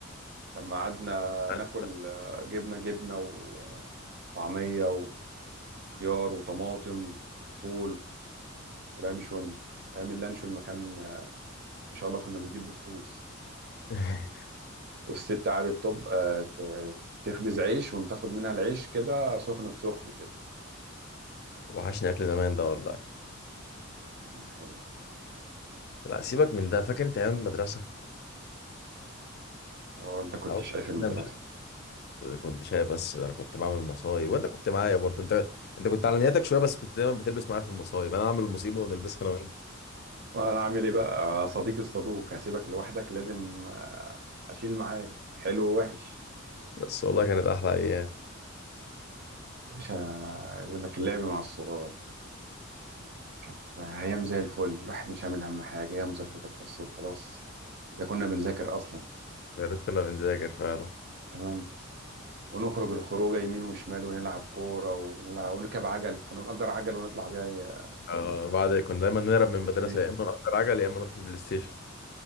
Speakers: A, on the right; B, on the left.
A: لما قعدنا
B: صغار.
A: ناكل آه، جبنه جبنه وطعميه و- وخيار وطماطم وفول ولانشون ايام اللانشون ما كان آه، ما شاء الله كنا بنجيب بالكوس
B: <laughs>
A: والست قعدت طب آه، ت- تخبز عيش وتاخد منها العيش كده سخن في سخن كده
B: وحشني أكل زمان ده والله
A: ايام حلوه والله
B: لا سيبك من ده فاكر أنت أيام المدرسة
A: اه انت كنت
B: أو
A: شايف المدرسه
B: أنا مش كنت شايف بس أنا كنت بعمل مصايب وأنت كنت معايا برضه أنت أنت كنت على نياتك شوية بس كنت دايما بتلبس معايا في المصايب أنا أعمل المصيبة ونلبسها أنا وأنت
A: وانا عامل ايه بقى صديق الصدوق هسيبك لوحدك لازم آه، اشيل معاك حلو ووحش
B: بس والله كانت أحلى أيام
A: يا باشا يقول لك اللعب مع الصغار كانت ايام زي الفل الواحد مش عامل هم حاجه هي مذاكرتك بس وخلاص اذا كنا بنذاكر اصلا
B: يا ريت كنا بنذاكر فعلا
A: تمام ونخرج الخروجه يمين وشمال ونلعب كوره ونلعب ونركب عجل كنا بنأجر عجل ونطلع بيها
B: آه بعد كنا دايما نهرب من المدرسة
A: نلف بيها
B: يا إما نأجر عجل يا إما نروح البلاي ستيشن